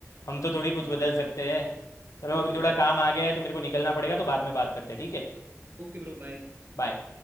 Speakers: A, on the left; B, on the right.
A: हम तो थोड़ी कुछ
B: हाँ
A: बदल सकते हैं चलो
B: बिल्कुल
A: अभी थोड़ा
B: भाई बिल्कुल
A: काम आ गया है तो मेरे को निकलना पड़ेगा तो बाद में बात करते हैं ठीक है
B: Okay bro bye
A: बाय